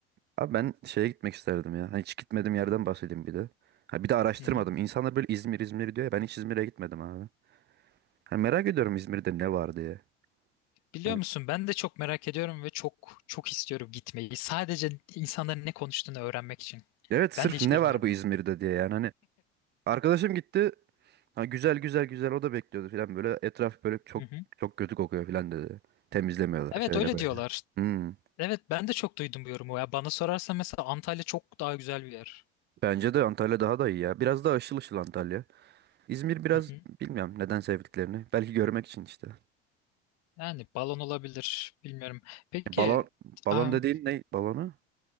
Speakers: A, on the right (about 30°); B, on the left (about 50°).
A: Abi ben şeye gitmek isterdim ya. Hani Hiç gitmediğim yerden bahsedeyim bir de. Ha, bir de araştırmadım.
B: Hı hı.
A: İnsanlar böyle İzmir İzmir diyor ya ben hiç İzmir'e gitmedim abi. Ha, merak ediyorum İzmir'de ne var diye.
B: Biliyor
A: Hani-
B: musun ben de çok merak ediyorum ve çok çok istiyorum gitmeyi. Sadece insanların ne konuştuğunu öğrenmek için.
A: Evet sırf
B: Ben de hiç
A: ne
B: bilmiyorum.
A: var bu İzmir'de diye yani hani Arkadaşım gitti. Ha, güzel güzel güzel o da bekliyordu falan böyle. Etraf böyle çok
B: Hı hı.
A: çok kötü kokuyor falan dedi. Temizlemiyorlar
B: Evet
A: şöyle
B: öyle
A: böyle.
B: diyorlar.
A: Hmm.
B: Evet ben de çok duydum bu yorumu. Ya bana sorarsan mesela Antalya çok daha güzel bir yer.
A: Bence de Antalya daha da iyi ya. Biraz daha ışıl ışıl Antalya. İzmir biraz
B: Hı hı.
A: bilmiyorum neden sevdiklerini. Belki görmek için işte.
B: Yani balon olabilir. Bilmiyorum. Peki
A: E, Balon balon
B: aa,
A: dediğin ne? Balonu?